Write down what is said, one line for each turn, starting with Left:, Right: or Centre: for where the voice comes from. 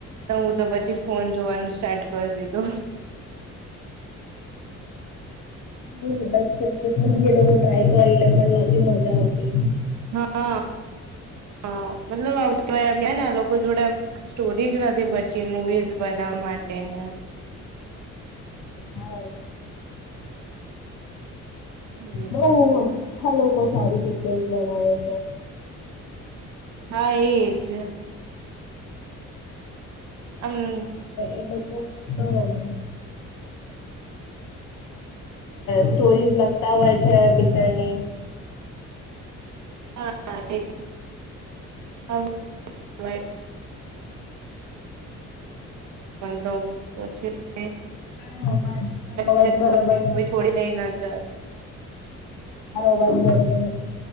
Right: તો હું તો પછી ફોન જોવાનું સ્ટાર્ટ કરી દીધું.
Left: હમ. કેટલું બી એ લોકો ટ્રાય કરી લે પણ નથી મજા આવતી.
Right: હા હા મતલબ આવમ ને લોકો જોડે એમ. સ્ટોરીજ નથી બચી મુવીઝ બનાવવા માટેને
Left: હ.
Right: હમ
Left: બઉ અચ્છા લોકો સારી પિક્ચરસ બનાવે છે.
Right: હા એજ. હમ.
Left: એ લોકોારી. સ્ટોરીઝ લગતા હોય છે પિક્ચરની.
Right: હા હા એજ. <inaudible> તો પછી.
Left: તારો અવાજ તારો અવાજ
Right: ટ
Left: બરોબર
Right: છોડી નઈ નાજ.
Left: હબંધ